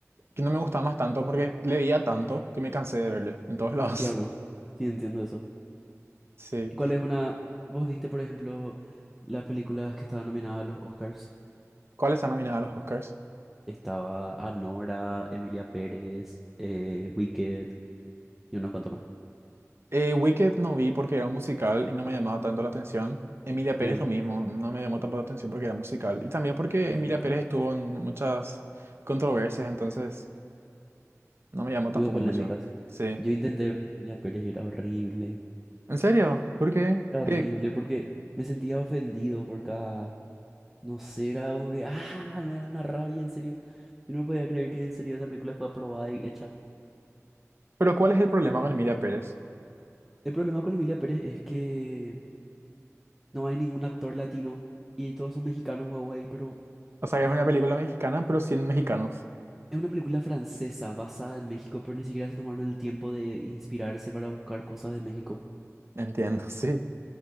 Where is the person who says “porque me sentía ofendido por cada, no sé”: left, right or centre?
Centre